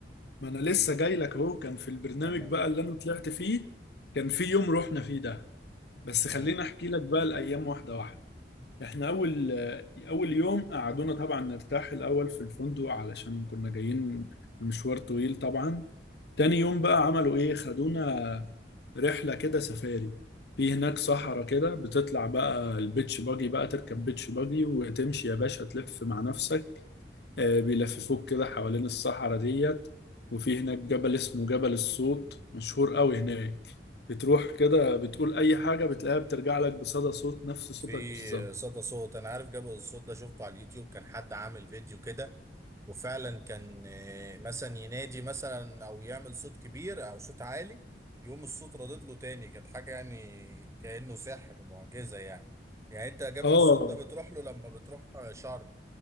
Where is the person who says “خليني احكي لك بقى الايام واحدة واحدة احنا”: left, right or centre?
Left